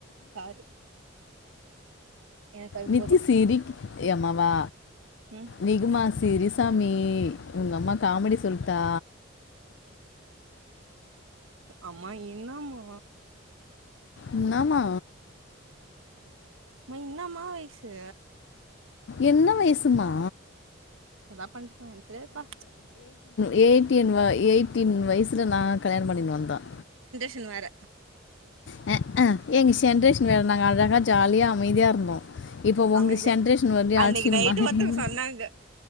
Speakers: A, on the right; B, on the left.
A: தாரு எனக்கு அது
B: நித்தி
A: போது
B: சீரிக் எமாவா
A: ம்
B: நிகுமா செரி சாமி உங்க அம்மா காமிடி சொல்லிடா
A: அம்மா இன்னாமா
B: இன்னாமா
A: மை இன்னாமா வய்சு
B: என்ன வயசுமா
A: எதா பண்டுபோங்க எனக் தெர்யாதுபா
B: யேட்டீன் வா எயிட்டீன் வய்சு இல நான் கல்யாண பண்ணினு வந்தன்
A: சனு வேர
B: ஹ்அ எங்க ஜென்ரேஷன் வேற நாங்க அழகா ஜாலியா அமைதியா இருந்தோம் இப்போ உங்கள்
A: அமைஜ
B: ஜென்ரேஷன் வந்து
A: அன்னைக்கு
B: அடிச்சுன்னு
A: நைட்டு
B: மாதிரி
A: ஒருத்தக்கு சொன்னாங்க